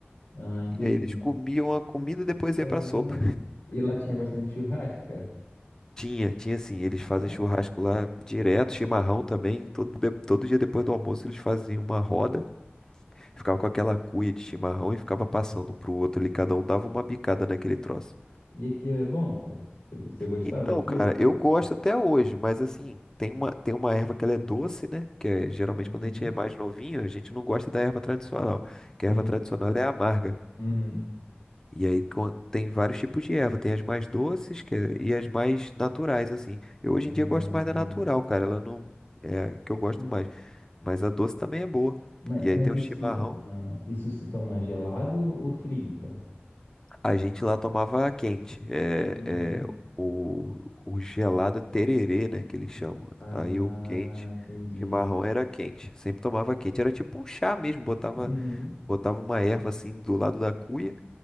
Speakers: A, on the left; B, on the left.
A: Ah, entendi.
B: E aí eles comiam a comida e depois
A: Caramba.
B: ia pra sopa.
A: E lá tinha bastante churrasco, cara?
B: Tinha, tinha assim, eles fazem
A: Caraca.
B: churrasco lá direto, chimarrão também. Todo, de- todo dia depois do almoço eles faziam uma roda, ficava com aquela cuia de chimarrão e ficava passando um pro outro ali, cada um dava uma bicada naquele troço.
A: E aquilo é bom, cara? Você você gostava
B: Então,
A: daquilo?
B: cara, eu gosto até hoje, mas assim, tem uma, tem uma erva que ela é doce, né? Que é, geralmente
A: Uhum.
B: quando a gente é mais novinho, a gente não gosta da erva tradicional, que
A: Entendi.
B: a erva tradicional é amarga.
A: Uhum.
B: E aí quan- tem vários tipos de erva, tem as mais doces que é- e as mais naturais, assim. Eu hoje
A: Ah,
B: em dia gosto
A: entendi.
B: mais da natural, cara, ela não é a que eu gosto
A: E-
B: mais, mas a doce também é boa.
A: Mas,
B: E aí
A: mas
B: tem
A: isso
B: o chimarrão.
A: se toma, isso se toma gelado ou frio, cara?
B: A gente lá tomava quente. É,
A: Uhum.
B: é, o, o gelado é tererê, né, que eles chamam.
A: Ah,
B: Aí o quente,
A: entendi.
B: chimarrão era quente. Sempre tomava quente. Era tipo um chá mesmo. Botava,
A: Uhum.
B: botava uma erva assim do lado da cuia